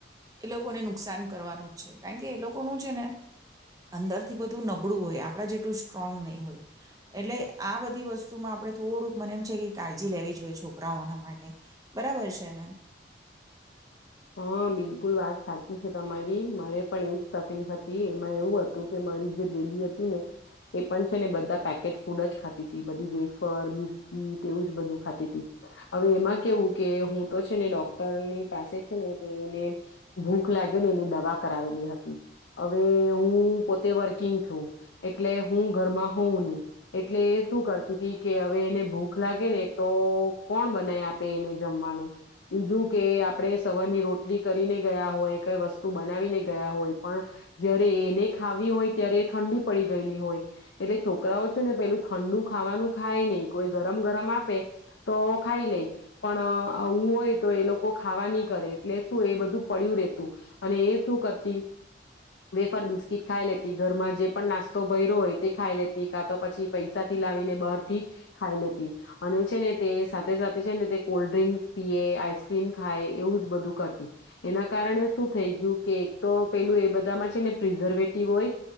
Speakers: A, on the right; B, on the left.
A: એ લોકોને નુકસાન કરવાનું જ છે કારણ કે એ લોકોનું છે ને અંદરથી બધું નબળું હોય. આપણા જેટલું સ્ટ્રોંગ નહીં હોય એટલે આ બધી વસ્તુમાં આપણે થોડુંક મને એમ છે કે કાળજી લેવી જોઈએ છોકરાઓના માટે બરાબર છે ને.
B: હા બિલકુલ વાત સાચી છે તમારી મારે પણ એજ તકલીફ હતી. એમાં એવું હતું કે મારી જે બેબી હતી ને એ પણ છે ને બધા પેકેટ ફૂડ જ ખાતી તી બધી વેફર બિસ્કીિટ એવું જ બધું ખાતી હતી. હવે એમાં કેવું કે હું તો છે ને ડોક્ટરની પાસે જ છે ને ભૂખ લાગે ને એની દવા કરાવેલી હતી. હવે હું પોતે વર્કિંગ છું એટલે હું ઘરમાં હોઉં નહી એટલે એ શું કરતી હતી કે હવે એને ભૂખ લાગે ને તો કોણ બનાય આપે એને જમવાનું બીજું કે આપણે સવાર ની રોટલી કરીને ગયા હોય કઈ વસ્તુ બનાવીને ગયા હોય પણ જયારે એને ખાવી હોય ત્યારે ઠંડી પડી ગયેલી હોય એટલે છોકરાઓ છે ને પેલું ઠંડુ ખાવાનું ખાય નહીં કોઈ ગરમ ગરમ આપે તો ખાઈ લે પણ આવું હોય તો એ લોકો ખાવાની ની કરે એટલે શું એ બધું પડ્યું રેતું અને એ શું કરતી વેફર બિસ્કીિટ ખાઈ લેતી ઘરમાં જે પણ નાસ્તો ભયરો હોય તે ખાઈ લેતી કા તો પછી પૈસાથી લાવીને બહારથી ખાઈ લેતી અને છે ને તે સાથે સાથે છે ને તે કોલ્ડ ડ્રિંકસ પીએ, આઈસક્રીમ ખાય એવું બધું કરતી એના કારણે શું થઈ ગયું કે એક તો પેલું એ બધામાં છે ને પ્રિઝર્વેટિવ હોય